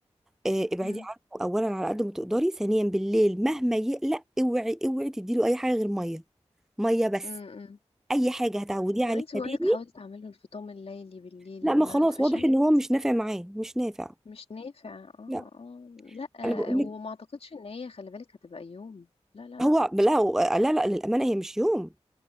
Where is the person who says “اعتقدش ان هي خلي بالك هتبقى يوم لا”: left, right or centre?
Left